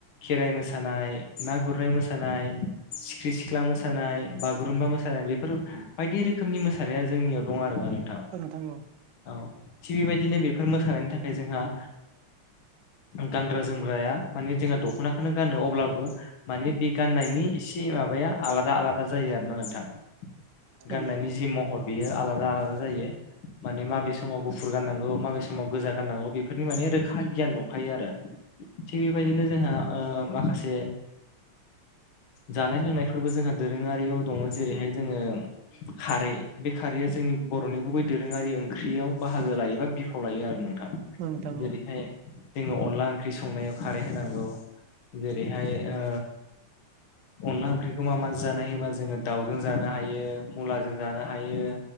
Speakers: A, on the left; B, on the right.
A: खेराइ मोसानाय ना गुरनाय मोसानाय सिख्रि सिख्ला मोसानाय बागुरुम्बा मोसानाय बे बेफोर बायदि रोखोमनि मोसानाया जोंनियाव दं आरोना नोंथां
B: औ नोंथां औ
A: औ थिग बेबायदिनो बेफोर मोसानायनि थाखाय जोंहा गानग्रा जोमग्राया माने जोंहा दख'नाखौनो गानो अब्लाबो माने बे गाननायनि एसे माबाया आलादा आलादा जायो आरोना नोंथां
B: औ नोंथां
A: गाननायनि जि महर बेयो आलादा आलादा जायो मान मे समाव गुफुर गाननांगौ माबे समाव गोजा गाननांगौ बेफोरनि माने रोखा गियान दंखायो आरो थिग बेबायदिनो जोंहा ओ माखासे जानाय लोंनायफोरबो जोंहा दोरोङारियाव दङ जेरैहाय जोङो खारै बे खारैया जोंनि बर'नि गुबै दोरोङारि ओंख्रियाव बाहागो लायोबा बिफाव लायो आरो नोंथां
B: औ नोंथां
A: जेरैहाय
B: औ
A: जोङो अनला ओंख्रि संनायाव खारै होनांगौ जेरैहाय ओ अनला ओंख्रिखौ मा मा जा जानाय होनबा जोङो दाउजों जानो हायो मुलाजों जानो हायो